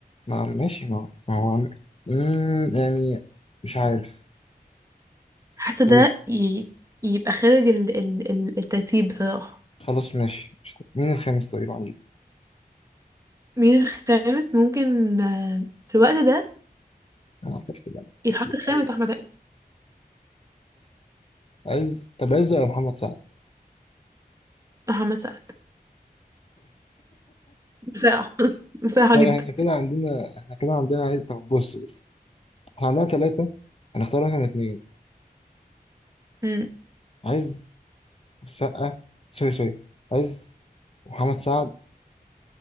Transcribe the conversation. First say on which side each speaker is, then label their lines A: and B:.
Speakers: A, on the left (about 40°); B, on the right (about 20°).
A: ما ماشي ما ما هو عم- مم، يعني مش عارف
B: حاسة
A: طيب
B: ده ي... يبقى خارج ال... ال... ال- الترتيب بصراحة
A: خلاص ماشي مش طب مين الخامس طيب عندي
B: مين الخامس ممكن آه، في الوقت ده
A: انا عرفت بقى
B: يتحط
A: كتير
B: الخامس
A: قوي
B: أحمد عز
A: عايز طب عايز يا محمد سعد
B: محمد سعد بصراحة <laughs> بصراحة
A: طب
B: جدا
A: احنا كده عندنا احنا كده عندنا عايز طب بص بص احنا عندنا ثلاثة هنختار احنا الاثنين
B: مم.
A: عايز السقا سوري سوري عايز محمد سعد